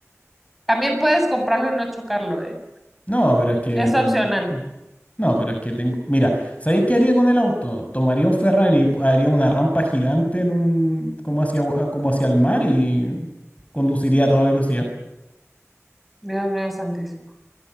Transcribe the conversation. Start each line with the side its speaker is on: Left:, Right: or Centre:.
Centre: también puedes comprarlo y no chocarlo, ¿eh?
Left: No, pero es que...
Centre: Es opcional.
Left: mm, No, pero es que tengo... Mira, ¿sabéis qué haría con el auto? Tomaría un Ferrari, haría una rampa gigante en un... como hacia, como hacia el mar y conduciría a toda velocidad.
Centre: Dios mío santísimo.